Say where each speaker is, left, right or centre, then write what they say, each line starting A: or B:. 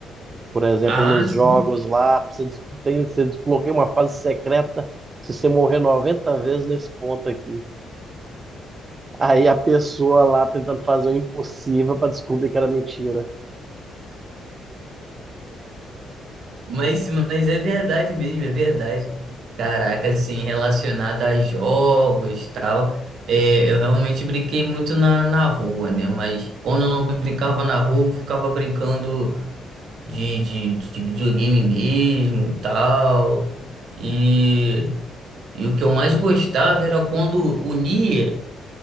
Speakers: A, on the right; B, on the right.
A: Por exemplo,
B: Ah,
A: nos jogos
B: sim.
A: lá, você, des- tem, você desbloqueia uma fase secreta se você morrer 90 vezes nesse ponto aqui. Aí a pessoa lá tentando fazer o impossível para descobrir que era mentira.
B: Mas, mas é verdade mesmo, é verdade. Caraca, assim, relacionado a jogos e tal, é, eu realmente brinquei muito na, na rua, né? Mas quando eu não brincava na rua, eu ficava brincando de, de, de videogame mesmo e tal. E, e o que eu mais gostava era quando unia